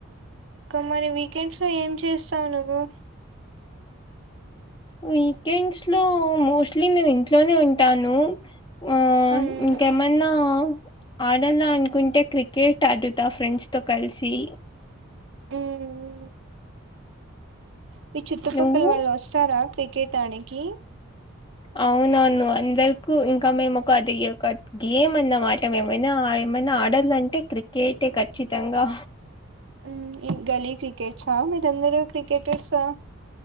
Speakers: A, on the right; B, on the left.
A: ఇంకా మరి వీకెండ్స్లో ఏం చేస్తావ్ నువ్వు
B: వీకెండ్స్లో మోస్ట్లీ నేను ఇంట్లోనే ఉం టాను. ఆ
A: మ్మ్
B: ఇంకేమన్నా ఆడాల అనుకుంటే క్రికెట్ ఆడుతా ఫ్రెండ్స్తో కల్సి
A: మ్మ్ మీ చుట్టుపక్కల
B: నువ్వు
A: వాళ్ళు వస్తారా క్రికెట్ ఆడేకి
B: అవునవును అందర్కు ఇంకా మేం ఒక అది ఒక గేమ్ అన్నమాట ఏమైనా ఆ ఏమైన ఆడలంటే క్రికెటే ఖచ్చితంగా
A: మ్ ఏం గల్లీ క్రికెట్సా మీరందరూ క్రికెటర్సా